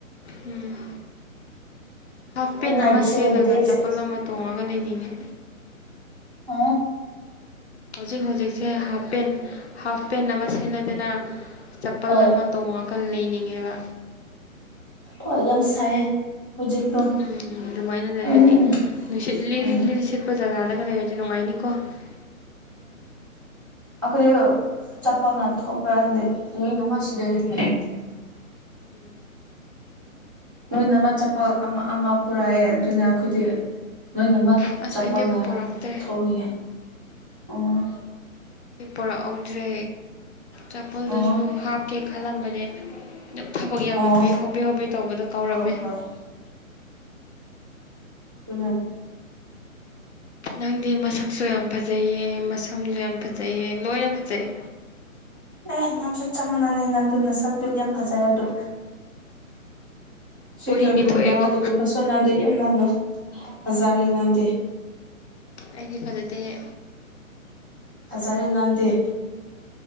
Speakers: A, on the left; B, on the right.
A: ꯎꯝ ꯍꯥꯐ ꯄꯦꯟ
B: ꯅꯥꯏꯇ
A: ꯑꯃ
B: ꯁꯨ
A: ꯁꯦꯠꯂꯒ
B: ꯗꯦꯁꯨ
A: ꯆꯄꯜ ꯑꯃ ꯇꯣꯡꯉꯒ ꯂꯩꯅꯤꯡꯏ
B: ꯑꯣ
A: ꯍꯧꯖꯤꯛ ꯍꯧꯖꯤꯛꯁꯦ ꯍꯥꯞꯐ ꯄꯦꯟ ꯍꯥꯞꯐ ꯄꯦꯟ ꯑꯃ ꯁꯦꯠꯂꯦꯗꯅ ꯆꯄꯜ
B: ꯍꯣꯏ
A: ꯑꯃ ꯇꯣꯡꯉ ꯀ ꯂꯩꯅꯤꯡꯉꯦꯕ
B: ꯍꯣꯏ ꯌꯥꯝ ꯁꯥꯏꯌꯦ ꯍꯧꯖꯤꯛꯇꯣ
A: ꯎꯝ ꯑꯗꯨꯃꯥꯏꯅ ꯂꯩꯔꯗꯤ
B: ꯎꯝ
A: ꯅꯨꯡꯁꯤꯠ ꯂꯤꯔꯤ
B: ꯎꯝ
A: ꯂꯤꯔꯤ ꯁꯤꯠꯄ ꯄ ꯖꯒꯥꯗꯒꯥ ꯂꯩꯗꯤ ꯅꯨꯡꯉꯥꯏꯅꯤꯀꯣ <inaudible>
B: ꯑꯩꯈꯣꯏ ꯆꯄꯜꯅ ꯊꯣꯛꯄ ꯂꯣꯏ ꯂꯣꯏꯅꯃꯛ ꯁꯤꯗ ꯂꯩꯌꯦ
A: ꯎꯝ
B: ꯅꯣꯏꯅꯃꯛ ꯆꯄꯜ ꯑꯃ ꯑꯃ ꯄꯨꯔꯛꯑꯦ ꯑꯗꯨꯅ ꯑꯩꯈꯣꯏꯗꯤ ꯂꯣꯏꯅꯃꯛ
A: ꯑꯁ
B: ꯆꯄꯜꯅ
A: ꯑꯩꯗꯤ ꯄꯣꯔꯛꯇ꯭ꯔꯦ
B: ꯊꯧꯔꯤꯌꯦ ꯎꯝ
A: ꯑꯩꯗꯤ ꯄꯨꯔꯛꯍꯧꯗ꯭ꯔꯦ ꯆꯄꯜꯗꯨꯁꯨ
B: ꯑꯣ
A: ꯍꯥꯞꯀꯦ ꯈꯜꯂꯝꯕꯅꯦ ꯑꯗꯨꯝ ꯊꯕꯛ ꯌꯥꯝꯃꯟꯕꯩ
B: ꯑꯣ
A: ꯍꯣꯕꯦ ꯍꯣꯕꯦ ꯇꯧꯕꯗ ꯀꯥꯎꯔꯝꯃꯦ
B: ꯍꯣꯏ ꯍꯣꯏ ꯑꯗꯨꯅꯦ
A: ꯅꯪꯗꯤ ꯃꯁꯛꯁꯨ ꯌꯥꯝ ꯐꯖꯩꯌꯦ ꯃꯁꯝꯁꯨ ꯌꯥꯝ ꯐꯖꯩꯌꯦ ꯂꯣꯏꯅ ꯐꯖꯩꯌꯦ
B: ꯑꯦ ꯅꯪꯁꯨ ꯆꯞ ꯃꯥꯟꯅꯅꯦ ꯅꯪꯗꯨ ꯅꯁꯛꯗꯨ ꯌꯥꯝ ꯐꯖꯩ ꯑꯗꯣ ꯐꯤꯀꯔꯒꯨꯝꯕ
A: ꯎꯔꯤꯡꯗꯤ ꯊꯣꯛꯑꯦꯀꯣ
B: ꯑꯗꯨꯒꯨꯝꯕꯁꯨ ꯅꯪꯗꯤ ꯌꯥꯝ ꯉꯟꯅꯨ ꯐꯖꯔꯦ ꯅꯪꯗꯤ
A: ꯑꯩꯗꯤ ꯐꯖꯗꯦꯍꯦ
B: ꯐꯖꯔꯦ ꯅꯪꯗꯤ